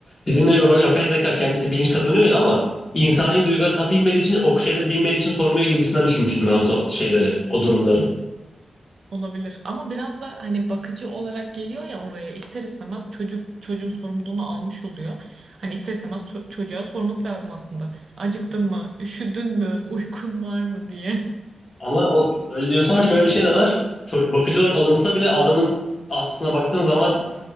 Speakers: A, on the left (about 30°); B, on the right (about 50°).
A: Bizimle yor- yapay zeka kendisi bilinç kazanıyor ya ama insani duygular tam bilmediği için o şeyleri bilmediği için sormuyor gibisinden düşünmüştüm ben o za- şeyleri, o durumları.
B: Olabilir ama biraz da hani bakıcı olarak geliyor ya oraya ister istemez çocuk çocuğun sorumluluğunu almış oluyor. Hani ister istemez ço- çocuğa sorması lazım aslında. Acıktın mı? Üşüdün mü? Uykun var mı diye.
A: Ama o, öyle diyorsun ama şöyle bir şey de var. Ço- bakıcı olarak alınsa bile adamın aslına baktığın zaman